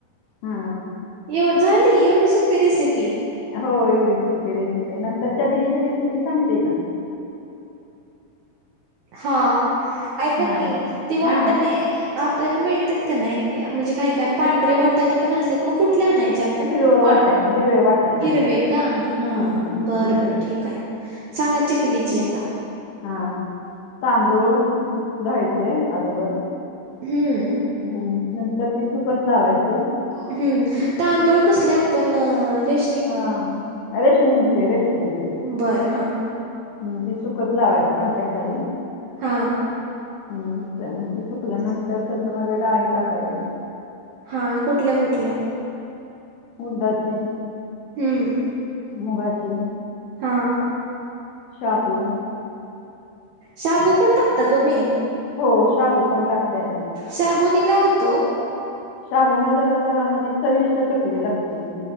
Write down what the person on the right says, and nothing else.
एव झाली एवढी सोपी रेसिपी.
हा ऐका
की ती वाटाणे
आपल्याला मिळतात का नाय म्हणजे काय काय पांढरे वाटाणे पण असतात मग कुठले आणायचे? पण
पा
हिरवे
का हा
हा हां
बर
बर ठीक आहे. सांगा चकलीची आता
हम्म
हम्म तांदूळ कसले आपण रेश
बर हा
हां.
हा कुठल्या कुठल्या?
हम्म.
हा.
शाबू पण टाकता तुम्ही?
शाबुने काय होतो?